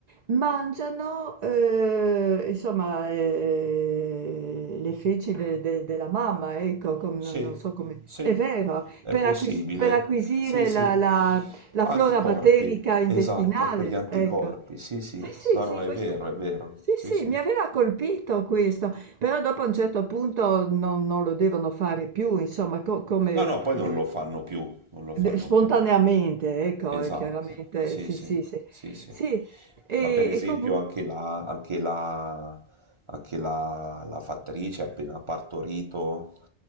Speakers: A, on the right (about 50°); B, on the right (about 30°).
A: Mangiano, eh, insomma, eh, le feci de- de- della mamma, ecco, com-
B: Sì,
A: non non so come...
B: sì,
A: È vero,
B: è
A: per
B: possibile.
A: acquis per acquisire
B: Sì, sì.
A: la la la
B: Anticorpi,
A: flora batterica intestinale,
B: esatto, per gli anticorpi.
A: ecco.
B: Sì, sì.
A: Sì, sì,
B: No, no,
A: sì,
B: è
A: questo
B: vero, è vero.
A: sì,
B: Sì,
A: sì,
B: sì.
A: mi aveva colpito questo, però dopo a un certo punto non non lo devono fare più, insomma, co come
B: No, no, poi
A: eh,
B: non lo fanno più, non lo fanno
A: de spontaneamente,
B: più.
A: ecco,
B: Esatto.
A: eh, chiaramente,
B: Sì,
A: sì,
B: sì.
A: sì, sì.
B: Sì, sì.
A: Sì, e
B: Ma per esempio
A: e comunque
B: anche la anche la anche la la fattrice appena partorito